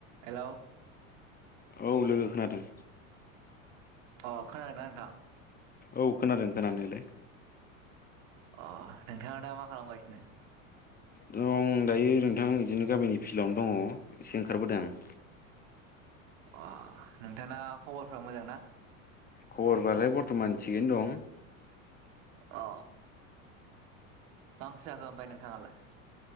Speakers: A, on the right; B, on the left.
A: हेल'
B: औ लोगो खोनादों
A: अ खोनादोंना नोंथां
B: औ खोनादों खोनायालाय
A: अ नोंथाङा दा मा खालामगासिनो
B: दं दायो नोंथां बिदिनो गामिनि फिल्डआवनो दङ एसे ओंखारबोदों आं
A: अ नोंथाङा खबरफ्रा मोजां ना
B: खबरबालाय बरथ'मान थिगैनो दं
A: अ मा ओंख्रि जाखो ओमफ्राय नोंथाङालाय